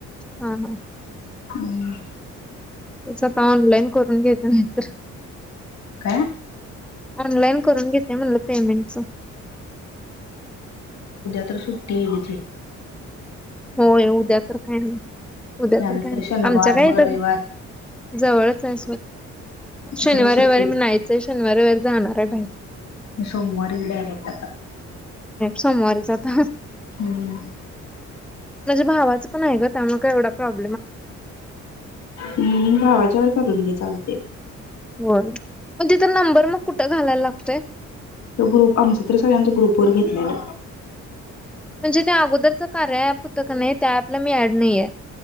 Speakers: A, in the centre; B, on the left (about 60°).
A: हा हा
B: हम्म
A: स्वतः आता ऑनलाईन करून घ्यायच नाहीतर
B: काय
A: ऑनलाइन करून घेते म्हणलं पेमेंटस
B: प तर सुु्टी बचे
A: होय उद्या तर काय नाही उद्या
B: त्यानंतर
A: तर काय नाही
B: शनिवार
A: आमच्या काय
B: मग
A: इथ
B: रविवार
A: जवळच आहे शनिवार
B: खरं सुट्टी
A: रवारी मी नाहीयचंय शनिवार वव जाणार बँकेत
B: सोमवारी डायरेक्ट आता
A: सोमवारी जात
B: हम्म
A: म्हणजे भावाचं पण आहे ग त्यामुळेग एवढा प्रॉब्
B: हम् भावाच्यावर करून घे चालते.
A: होय नंबर मग कुठं घालायला लागतो. ते
B: तो ग्रुप आमचा तर सगळ्यांच ग्रुप व घेतलेलं
A: म्हणजे त्या अगोदरच कार्या होतं का नाही त्या आपल्या मी नाहीये